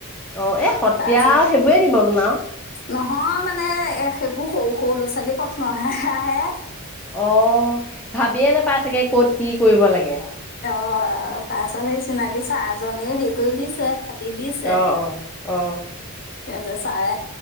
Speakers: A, in the centre; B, on the left (about 40°).
A: অ এ সতীয়া
B: তাৰপিছত
A: সেইবোৰে দিব আৰু।
B: নহয় মানে এ সেইবোৰ সৰু সৰু ল'ৰা ছোৱালী প্ৰশ্ন আহে আহে।
A: অ ভাবিয়ে নোপাই চাগে ক'ত কি কৰিব লাগে।
B: অ তাৰপিছত সেই চিনাকি চাৰ জনে হেৰি কৰি দিছে। দিছে
A: অ অ অ
B: তাৰপিছত ছাৰে